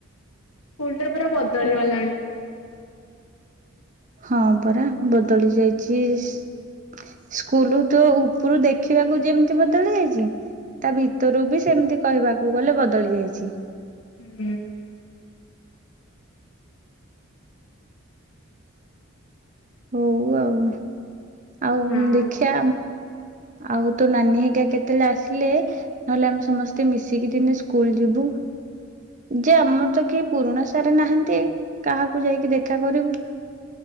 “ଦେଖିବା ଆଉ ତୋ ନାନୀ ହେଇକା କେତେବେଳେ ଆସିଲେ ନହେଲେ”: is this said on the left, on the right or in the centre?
Right